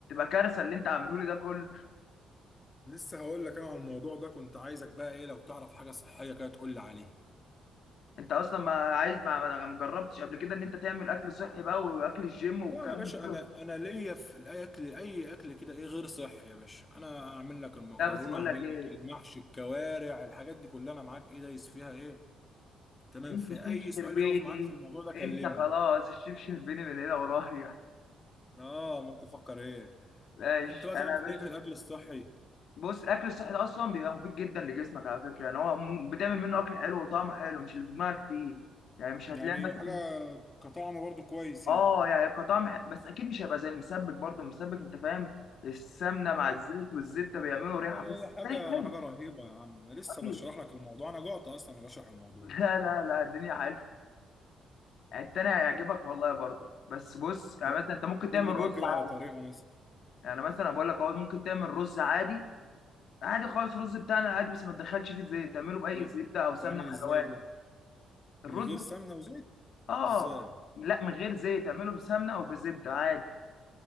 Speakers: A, on the left (about 65°); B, on the left (about 25°).
A: كارثه اللي انت عامله لي ده كله
B: لسه هقول لك انا على الموضوع ده كنت عايزك بقى ايه لو تعرف حاجه صحيه كده تقول لي عليها
A: انت اصلا ما عايز ما ما- ما جربتش قبل كده ان انت تعمل اكل صحي بقى واكل الجيم والكلام
B: لا يا باشا
A: ده كله
B: انا انا ليا في الاكل اي اكل كده ايه غير صحي يا باشا انا اعمل لك المكرونه
A: لا بس بقول
B: اعمل
A: لك ايه
B: لك المحشي الكوارع الحاجات دي كلها انا معاك ايه دايس فيها ايه تمام
A: انت
B: في
A: شيف
B: اي سؤال
A: شربيني
B: يقف معاك في الموضوع ده كلمني
A: انت خلاص الشيف شربيني من هنا ورايح
B: اه ما انت فكر ايه
A: ماشي
B: انت بقى
A: انا
B: تعرف
A: يا باشا
B: ايه في الاكل الصحي
A: بص الاكل الصحي ده اصلا بيبقى مفيد جدا لجسمك على فكره يعني هو م- بتعمل منه اكل حلو وطعمه حلو مش اللي في دماغك فيه يعني مش هتلاقي
B: يعني
A: مثلا
B: حاجه كطعم برضو كويس
A: اه
B: يعني
A: يعني كطعم ح- بس اكيد مش هيبقى زي المسبك برضه المسبك انت فاهم السمنه مع
B: اه
A: الزيت والزبده بيعملوا
B: لا لا
A: ريحه
B: لا
A: بس
B: لا، حاجه
A: التاني حلو
B: حاجه رهيبه يا عم لسه
A: أكيد.
B: بشرح لك الموضوع انا جعت اصلا انا بشرح الموضوع
A: <laughs> لا لا لا الدنيا حلوه التاني هيعجبك والله برضه بس بص يعني
B: طب
A: مثلا انت ممكن تعمل
B: قول لي بقى
A: رز
B: كده على
A: عادي
B: طريقه مثلا
A: يعني مثلا بقول لك اهو ممكن تعمل رز عادي عادي خالص الرز بتاعنا عادي بس ما تدخلش فيه زيت تعمله باي
B: ده
A: زبده او
B: بتعمل
A: سمنه
B: ازاي
A: حيواني
B: ده
A: الرز
B: من غير سمنه وزيت
A: اه
B: ازاي
A: لا من غير زيت اعمله بسمنه او بزبده عادي